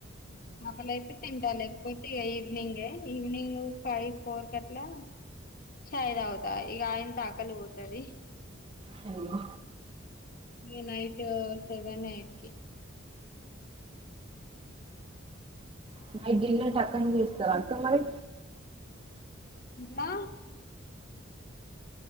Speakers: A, on the left; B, on the right.
A: ఒకెళ్ళా అయితే తింటా లేకపోతే ఇక ఈవినింగే ఈవినింగ్ ఫైవ్ ఫోర్ కి అట్లా చాయి తాగతా ఈక ఆయనతో ఆకలి పోతది
B: హలో
A: ఇగ నైట్ సెవెన్ ఎయిట్ కి
B: నైట్ డిన్నర్ టక్కని చేస్తారు అక్క మరి
A: నా